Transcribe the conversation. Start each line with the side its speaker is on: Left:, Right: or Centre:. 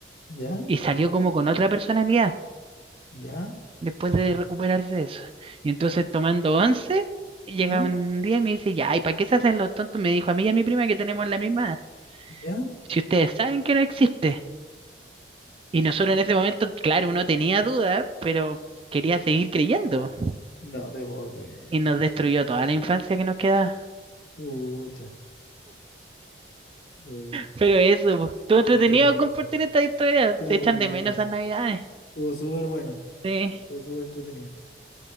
Left: ¿Ya?
Right: y salió como con otra personalidad
Left: ¿Ya?
Right: después de recuperarse de eso. Y entonces tomando once, llega
Left: ¿Eh?
Right: un día y me dice, ya, ¿y para qué se hacen los tontos? Me dijo a mí y a mi prima que tenemos la misma edad.
Left: ¿Ya?
Right: Si ustedes saben que no existe. Y nosotros en ese momento, claro, uno tenía dudas, pero quería seguir creyendo.
Left: No te puedo creer.
Right: Y nos destruyó toda la infancia que nos quedaba.
Left: Pucha. Uh,
Right: Pero eso, po, estuvo entretenido
Left: qué entretenido.
Right: compartir esta historia.
Left: Estuvo
Right: Se echan
Left: bueno.
Right: de menos esas navidades.
Left: Estuvo súper bueno.
Right: Sí.
Left: Estuvo súper entretenido.